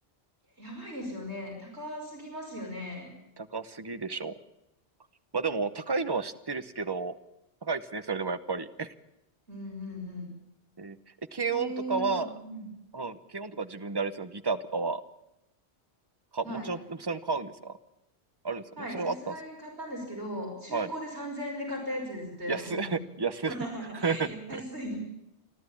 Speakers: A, on the right; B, on the right.
A: やばいですよね。高すぎますよね。
B: 高すぎでしょ。まあでも高いのは知ってるっすけど、高いですね、それでもやっぱり。
A: うんうん
B: <laughs> えーえ、軽音とかは、
A: で、まあ、うん。
B: うん、軽音とか自分であれですか、ギターとかは、か、
A: はい。
B: もちろん、でもそれも買うんですかあるんですかでもそれはあったんですか
A: はい。さすがに買ったんですけど、中古で3000円で買ったやつでずっとやってますよ。
B: はい。安い、<laughs> 安い
A: <laughs> 安い。
B: <laughs>